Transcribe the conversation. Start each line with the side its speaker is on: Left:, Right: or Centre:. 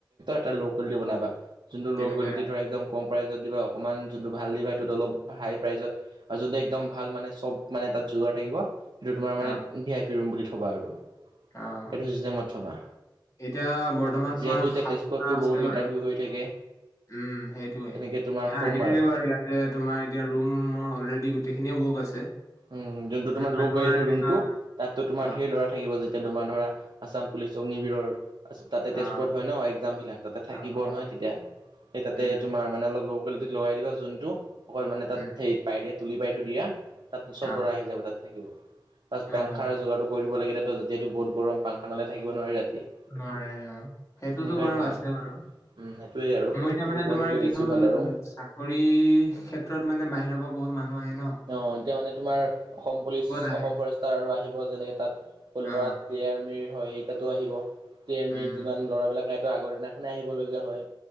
Right: এটা ল' বনাবা, যোনটো
Left: তেনেকুৱাই
Right: ল' কোলেটি একদম কম প্ৰাইজত দিবা, অকণমান যোনটো ভাল দিবা সেইটো অলপ হাই প্ৰাইজত আৰু যোনটো একদম ভাল মানে চব মানে তাত যোগাৰ থাকিব সেইটো তোমাৰ মানে
Left: অ',
Right: ভি আই পি ৰুম বুলি থ'বা আৰু সেইটো
Left: অ',
Right: চিষ্টেমত থ'বা।
Left: এতিয়া বৰ্তমান
Right: যিহেতু
Left: তোমাৰ
Right: এতিয়া
Left: সাতটা
Right: তেজপুৰততো
Left: আছে
Right: বহুত ইণ্টাৰভিউ
Left: বাৰু।
Right: হৈ থাকে
Left: উম, সেইটোয়ে।
Right: তেনেকে তোমাৰ
Left: এ,
Right: শ'লমাৰত
Left: আহি থাকে বাৰু ইয়াতে তোমাৰ এতিয়া ৰুম মোৰ অলৰেডি গোটেইখিনিয়ে বুক আছে।
Right: উম, যোনটো তোমাৰ
Left: ইয়াত মানে
Right: ল' কোৱালিটিৰ
Left: এনেকা
Right: ৰুমটো তাততো তোমাৰ
Left: অ',
Right: ঢেৰ ল'ৰা থাকিব যেতিয়া তোমাৰ ধৰা আছাম পুলিচ, অগ্নিবিৰৰ আছ তাতে
Left: অ',
Right: তেজপুৰত হয় ন' এক্জামবিলাক, তাতে থাকিব
Left: অ', অ',
Right: নহয় তেতিয়া এই তাতে
Left: উম,
Right: তোমাৰ মানে অলপ ল' কোৱালিটিত লগাই দিবা, যোনটো অকল মানে তাত
Left: উম,
Right: হেইত পাই দিয়া, তুলি পাই থৈ দিয়া তাত চব
Left: অ',
Right: লৰা আহি যাব তাত থাকিব, <unintelligible>
Left: অ',
Right: পাংখাৰ যোগাৰটো কৰিব লাগেতো যেতিয়াতো বহুত গৰম পাংখা নহলে থাকিব নোৱাৰে ৰাতি।
Left: <unintelligible> অ' সেইটোতো
Right: সেনেকুৱাই
Left: বাৰু
Right: ধৰা
Left: আছে বাৰু।
Right: উম, সেইটোৱেই আৰু
Left: মোৰ এতিয়া
Right: সেইটো
Left: মানে
Right: কৰি
Left: তোমাৰ
Right: দিলে
Left: কি
Right: বেছি
Left: হ'ল
Right: ভাল আৰু।
Left: চাকৰি ক্ষেত্ৰত মানে বাহিৰৰ পৰা বহুত মানুহ আহে নহ।
Right: অ', এতিয়া মানে তোমাৰ অসম পুলিচ,
Left: আহে।
Right: অসম ফৰেষ্টৰ আৰু আহিব যেনেকে তাত ফুলমৰাত
Left: অ,
Right: <unintelligible> হয় <unintelligible> তাতো আহিব, <unintelligible>
Left: উম,
Right: যিমান ল'ৰাবিলাকেতো আগৰ দিনাখনেই আহিবলগীয়া হয়।